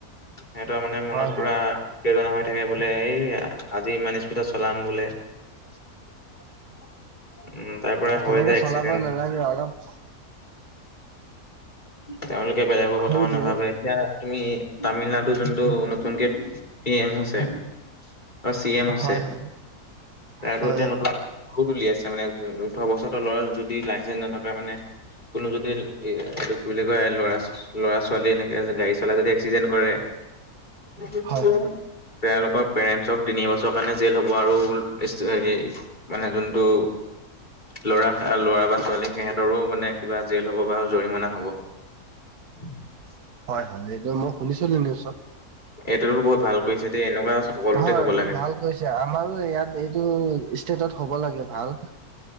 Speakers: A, on the left; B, on the right.
A: সেহতৰ মানে মনত
B: হয়
A: পুৰা-
B: হয়
A: উত্তেজনা হৈ থাকে বোলে এই আজি ইমান স্পীডত চলাম বোলে। <inaudible> উম তাৰ পৰা
B: হয়
A: হৈ
B: তেনেকে
A: যায় এক্সিডেন্ট
B: চলাব নালাগে, অলপ-
A: তেওঁলোকে বেলেগৰ কথাও
B: হেৰি
A: নাভাবে।
B: দিয়ে
A: এতিয়া তুমি তামিলনাডু যোনটো নতুনকে পি এম হৈছে- অ চি এম হৈছে
B: হয় হয়
A: আৰু
B: হয়
A: এতিয়া
B: হয়
A: নতুন- বহুত উলিয়াইছে মানে ওঠৰ বছৰৰ ল'ৰা যদি লাইচেন্ঞ্চ নাথাকে মানে- কোনো যদি এই দিক কি বুলি কয়, লৰা ল'ৰা ছোৱালী এনেকে গাড়ী চলাই যদি এক্সিডেণ্ট কৰে। <unintelligible>
B: হয় হয়
A: তেওঁলোকৰ পেৰেন্টছৰ তিনি বছৰ কাৰণে জেল হ'ব আৰু ষ্টু সেই মানে যোনটো ল'ৰা ল'ৰা বা ছোৱালী সিহঁতৰো মানে কিবা জেল হব বা জৰিমনা হব। <unintelligible>
B: হয়-হয় এইটো মই শুনিছিলো নিউজত।
A: এইটোতো বহুত ভাল কৰিছে দেই এনেকুৱা সকলোতে
B: হয়
A: হ'ব
B: ৰূল
A: লাগে
B: ভাল কৰিছে। আমাৰো ইয়াত এইটো ষ্টেটত হ'ব লাগে ভাল।